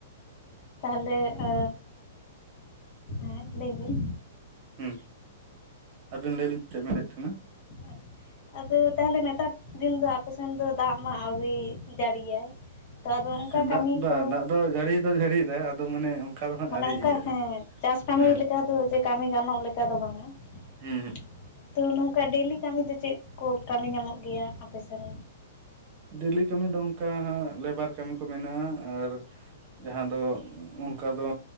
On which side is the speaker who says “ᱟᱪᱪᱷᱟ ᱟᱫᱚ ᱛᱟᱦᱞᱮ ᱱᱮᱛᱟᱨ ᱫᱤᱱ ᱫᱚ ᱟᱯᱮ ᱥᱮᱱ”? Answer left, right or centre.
Left